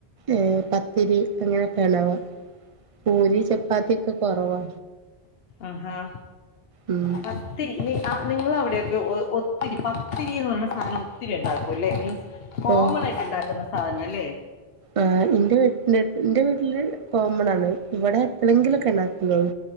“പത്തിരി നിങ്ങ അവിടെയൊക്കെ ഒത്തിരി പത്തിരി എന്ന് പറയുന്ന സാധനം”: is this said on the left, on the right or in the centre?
Left